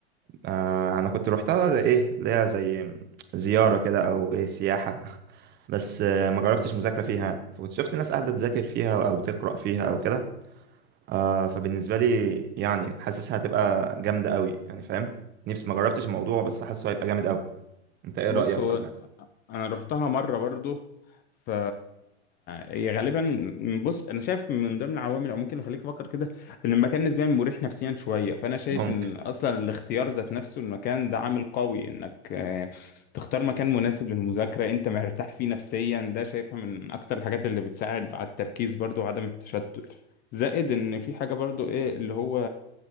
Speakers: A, on the right; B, on the left.
A: آه، أنا كنت روحتها زي إيه اللي هي زي زيارة كده أو إيه سياحة <laughs> بس آه، ما جربتش مذاكرة فيها فكنت شفت ناس قاعدة تذاكر فيها أو تقرأ فيها أو كده آه فبالنسبة لي يعني حاسسها هتبقى جامدة قوي يعني فاهم نفسي ما جربتش الموضوع بس حاسه هيبقى جامد قوي انت ايه
B: بص
A: رأيك
B: هو
A: ولا
B: انا رحتها مره برضو ف هي غالبا بص انا شايف من ضمن العوامل او ممكن اللي يخليك تفكر كده ان المكان نسبيا مريح نفسيا شويه فانا شايف
A: ممكن
B: ان اصلا الاختيار ذات نفسه المكان ده عامل قوي انك آه، تختار مكان مناسب للمذاكره انت مرتاح فيه نفسيا ده شايفها من اكتر الحاجات اللي بتساعد على التركيز برضو وعدم التشتت زائد ان في حاجه برضو ايه اللي هو